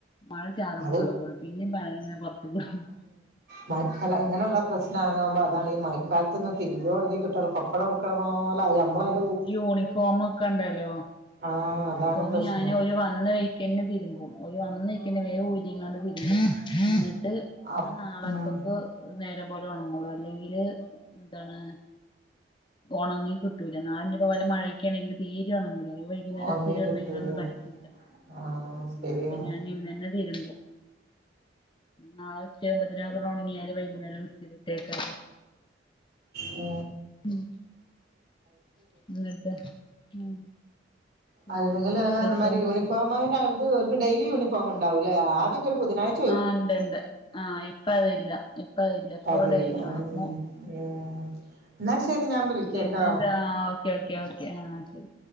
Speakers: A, on the left (about 25°); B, on the right (about 60°).
A: മഴ ചാറുമ്പോ
B: അത്
A: ഉള്ള്ക്കിടും പിന്നും മഴങ്ങനെ പുറത്ത്ക്കിടും.
B: മയക്കാലം അങ്ങനെയുള്ള പ്രശ്ന ആങ്ങാവുമ്പോ അതാണ് ഈ മയക്കാലത്ത് ഒന്ന് തിരിഞ്ഞു ണങ്ങി കിട്ടണിപ്പോ. അവിടെക്കണ പോലെ നമ്മള <unintelligible>
A: യൂണിഫോമൊക്കേണ്ടല്ലോ
B: ആഹ്
A: യൂണിഫോം
B: അതാണ് പ്രശ്നം
A: ഞാന് ഓല് വന്ന് കൈ ക്കന്നെ തിരുമ്പും ഒരു വന്നെയ്ക്കനെ വേഗം ഊരിങ്ങാണ്ട് തിരുമ്പും എന്നിട്ട് ഇന്ന്
B: അപ്
A: നാളൊക്കോക്ക്
B: ഉം
A: നേരെ പോലെ ഉണങ്ങളൂ അല്ലെങ്കില് എന്താണ് ഒണങ്ങി കിട്ടൂല നാലിന്റെപ്പോ വല്ല മഴൊക്ക ആണെങ്കിൽ തീരെ ഉണങ്ങൂല ആവ്വോയ് ഇവിടെ
B: ഒന്നിനും
A: സ്ഥിരം
B: കിട്ടൂല
A: ഒന്നും പറ്റൂല
B: ആഹ് ശരിയാണ്
A: അപ്പൊ ഞാൻ ഇന്നന്നെ തരുമ്പോ നാളെ ഉച്ച ആവുമ്പോത്തിന് <unintelligible> ഒണങ്ങിയാല് വൈകുന്നേരം ഇസ്ത്തിരി ഇട്ടേക്കാ.
B: ഓ
A: ഉം എന്നിട്ട് ഉം പിന്നെന്താ
B: അല്ലെങ്കിലേന്നർഞ്ഞ
A: വിശേഷം
B: മാരി യൂണിഫോം അത് ഒര്ക്ക് ഡെയിലി യൂണിഫോം ഉണ്ടാവൂലേ ആദ്യക്കെ ഒരു ബുധനാഴ്
A: ആഹ് ഇണ്ട് ഇണ്ട് ആഹ് ഇപ്പ അതില്ല ഇപ്പ അതില്ല ഇപ്പ
B: അതില്ല
A: ഡൈലി വാണം
B: ഉം
A: മോ
B: ഉം എന്നാ ശരി ഞാൻ വിളിക്കാട്ടോ
A: പിന്നെതാ ഓക്കെ ഓക്കെ ഓക്കെ ആഹ് ശരി.